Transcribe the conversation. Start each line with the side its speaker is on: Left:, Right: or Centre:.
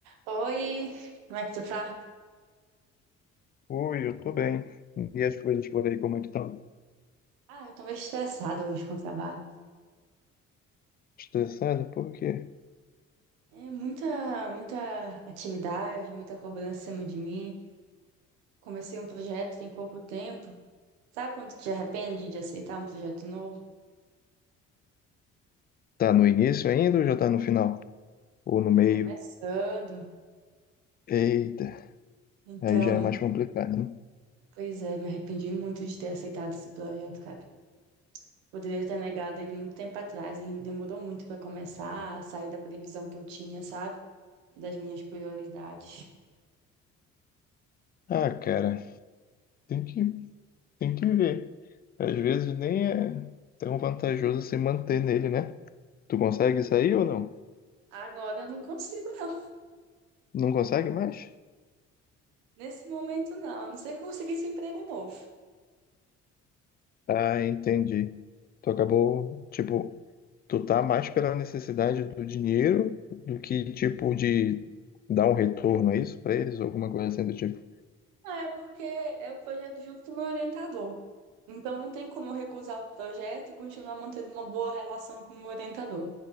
Right: Oi, como é que tu tá?
Left: Oi, eu tô bem. E as coisas por aí, como é que estão?
Right: Ah, eu tô meio estressada hoje com o trabalho.
Left: Estressada? Por quê?
Right: É muita, muita atividade, muita cobrança em cima de mim. Comecei um projeto tem pouco tempo. Sabe quando tu te arrepende de aceitar um projeto novo?
Left: Tá no início ainda ou já tá no final? Ou no meio?
Right: Tá começando.
Left: Eita,
Right: Então,
Left: aí já é mais complicado, né?
Right: pois é, me arrependi muito de ter aceitado esse projeto, cara. Poderia ter negado ele muito tempo atrás. Ele demorou muito pra começar, saiu da previsão que eu tinha, sabe? Das minhas prioridades.
Left: Ah, cara, tem que, tem que ver. Às vezes nem é tão vantajoso se manter nele, né? Tu consegue sair ou não?
Right: Agora eu não consigo, não.
Left: Não consegue mais?
Right: Nesse momento, não, a não ser que eu conseguisse um emprego novo.
Left: Ah, entendi. Tu acabou, tipo, tu tá mais pela necessidade do dinheiro do que, tipo, de dar um retorno, é isso, pra eles? Ou alguma coisa assim do tipo.
Right: Ah, é porque é o projeto junto do meu orientador. Então, não tem como eu recusar o projeto e continuar mantendo uma boa relação com o meu orientador.